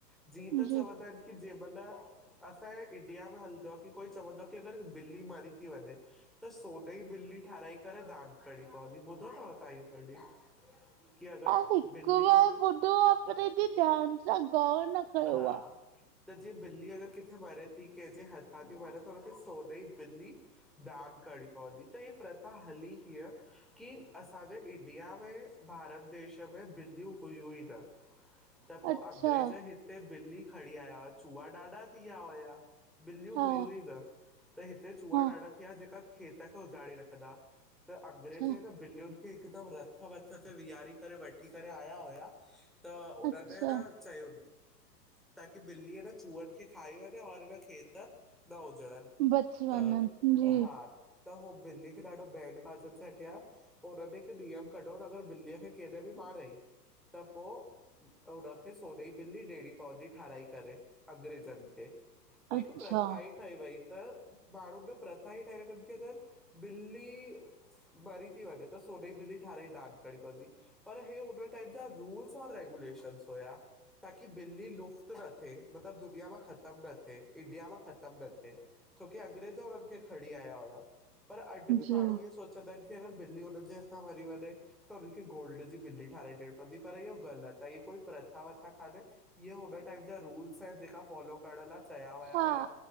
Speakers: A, in the centre; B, on the right.
A: जीअं त
B: जी
A: चवंदा आहिनि कि जंहिंमहिल असांजे इंडिया में हलंदो आहे की कोई चवंदो आ कि अगर बिल्ली मरी ती वञे त सोन जी बिल्ली ठहिराई करे दान करिणी पवंदी, ॿुधो अथव तव्हां इहो कॾहिं? की अगरि
B: हा हिकु
A: ॿिली
B: बार ॿुधो आ, पर हेॾी ध्यानु सां गौर न कयो
A: हा
B: आ।
A: त जिंअ बिल्ली अगर किथे मरे ती, कंहिंजे हथां ती मारे त हुनखे स सोन जी ॿिल्ली दान करणी पवंदी, त हीअ प्रथा हली कीअ कि असांजे इंडिया में भारत देश में ॿिलियूं हुयूं ई न। ह, त
B: आहे।
A: पोइ
B: अच्छा
A: अंग्रेज हिते ॿिल्ली खणी आया हुआ, चुआ ॾाढा थी विया हुआ। ॿिलियूं
B: हा
A: हुयूं ई न। त हिते चुआ
B: हा
A: ॾाढा थी विया, जेका खेत खे उजाड़े रखंदा आ, त अंग्रेज़
B: अच्छा
A: न ॿिलियुनि खे हिकदमि रथ वथ ते वीहारे करे वठी करे आया हुआ त उननि
B: अच्छा
A: न चयूंनि ताकि ॿिली न चुहनि खे खाई वञे और हिन खेत न उजणनि।
B: बची वञनि
A: त
B: जी
A: हा त होहो ॿिली खे ॾाढो बैड बाजन सां किया पोइ हुनननि हिकु नियम कढो, अगरि ॿिलीअ खे केॾे बि मारियईं त पोइ हुन न खे सोने जी बिल्ली ॾियणी पवंदी ठाराई करे अंग्रेजनि खे, त हिकु
B: अच्छा
A: प्रथा ही ठही वई, त माण्हुनि जो प्रथा ई ठाहे रखन कि अगरि ॿिली मरी थी वञे त सोने जी बिली ठाराई दान करड़ी पवंदी। पर हे हुन टाइम जा रूल्स और रेगुलेशन हुया। ताकी बिल्ली लुप्तु न थिए, मतिलबु दुनिया मां ख़तमु न थिए, इंडिया मां ख़तमु न थिए। छोकी अंग्रेज उनि खे खणी आया हुया, पर अॼु बि
B: जी
A: माण्हू हिय सो सोचंदा आहिनि कि अगरि बिल्ली हुनन जे हथा मरी वञे त हुनखे गोल्ड जी ॿिली ठाराहे ॾियणी पवंदी पर इहो ग़लति आहे, इह कोई प्रथा वथा कान्हे इहे हुन टाइम जा रूल्स आहिनि, जेका फॉलो करण ला कया विया
B: हा
A: हुया,